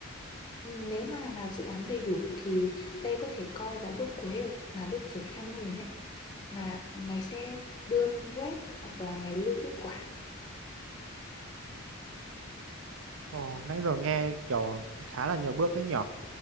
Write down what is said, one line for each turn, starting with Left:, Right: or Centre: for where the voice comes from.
Left: Ừm, Nếu mà làm dự án đầy đủ thì đây có thể coi là bước cuối rồi, là bước triển khai mô hình ấy mà mày sẽ đưa lên web hoặc là mày lưu kết quả
Right: Ồ, nãy giờ nghe kiểu khá là nhiều bước ấy nhở.